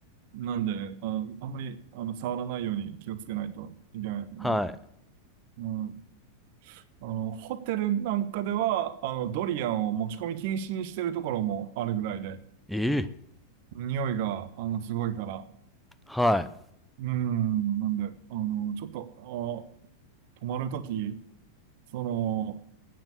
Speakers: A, on the right; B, in the centre.
A: なんで、あ、あんまり、あの、触らないように気をつけないといけないですよね。
B: ーはい。
A: うん。あの、ホテルなんかでは、あの、ドリアンを持ち込み禁止にしてるところもあるぐらいで、
B: ええー
A: 匂いが、あの、すごいから。
B: はい。
A: うん。なんで、あの、ちょっと、あ、泊まるとき、その、